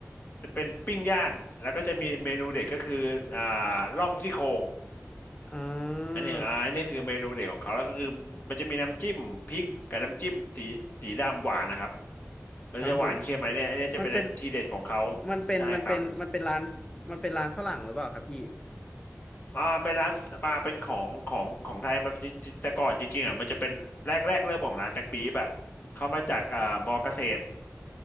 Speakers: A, on the left (about 35°); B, on the left (about 15°).
A: จะเป็นปิ้งย่างแล้วก็จะมีเมนูเด็ดก็คืออ่าล่องซี่โครง
B: อ่
A: อันเนี้ยอ่าอันนี้คือเมนูเด็ดของเขาแล้วก็คือมันจะมีน้ำจิ้มพริกกับน้ำจิ้มสีสีดำหวานนะครับ
B: า
A: มันจะหวานเค็มอันเนี้ยอันเนี้ยจะเป็นทีเด็ดของเขา
B: ครับผมมันเป็นมันเป็นมันเป็นมันเป็นร้านมันเป็นร้านฝรั่งหรือเปล่าครับพี่
A: ใช่ครับอ่าเป็นร้านมาเป็นของของของไทยมันจะแต่ก่อนจริงๆอ่ะมันจะเป็นแรกแรกเริ่มของร้านแบ็คปี๊บอ่ะเขามาจากอ่ามอเกษตร